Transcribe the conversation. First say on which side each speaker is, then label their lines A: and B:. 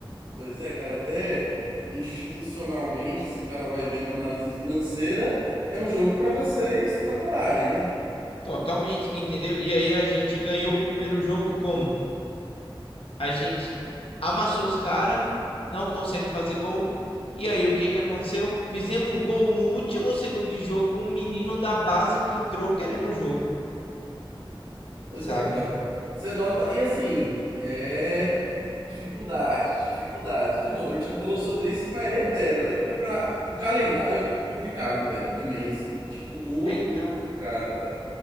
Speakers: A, on the right; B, on the left.
A: Pois é, cara, até institucionalmente, se o cara vai ver numa análise financeira, é um jogo pra vocês tratorarem, né?
B: Totalmente, entendeu? E aí a gente ganhou o primeiro jogo como? A gente amassou os caras, não consegue fazer gol. E aí, o que que aconteceu? Fizemos um gol no último segundo de jogo com um menino da base que entrou querendo o jogo.
A: Pois
B: sabe?
A: é, cara. Você nota, e assim, é dificuldades, dificuldades. De novo, a gente já falou sobre isso, mas reitero, né? Campeonato... O calendário é muito complicado, velho, também, assim. Tipo, muito,
B: Então,
A: muito complicado, cara.